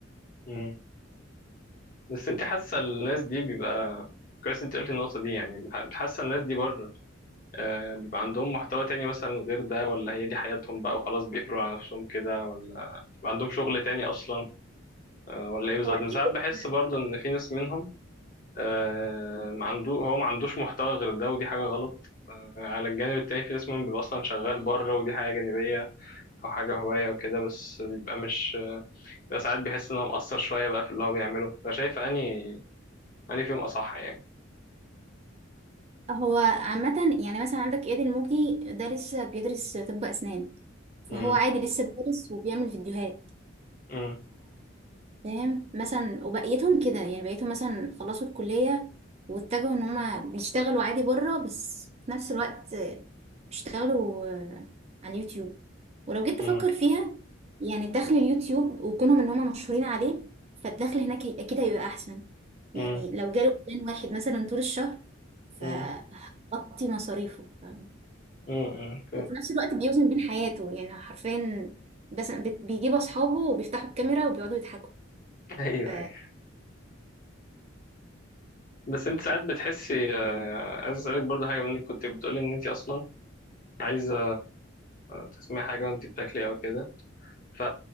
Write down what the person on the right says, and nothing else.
هو اكيد
بيبقى-
هو عامة يعني مثلا عندك اياد الموجي ده لسه بيدرس طب اسنان فهو
عادي لسه بيدرس وبيعمل فيديوهات
فاهم مثلا وبقيتهم كده يعني بقيتهم مثلا خلصوا الكلية واتجهوا ان هما بيشتغلوا عادي بره بس في نفس الوقت بيشتغلوا آه، على اليوتيوب ولو جيت تفكر
فيها يعني دخل اليوتيوب وكونهم ان هما مشهورين عليه فالدخل هناك هي- اكيد هيبقى احسن
يعني لو جاله اعلان واحد مثلا طول الشهر فهغطي
مصاريفه ف...
وفي نفس الوقت بيوزن بين حياته يعني حرفيا بس بت- بيجيبوا اصحابه وبيفتحوا الكاميرا وبيقعدوا يضحكوا
ف...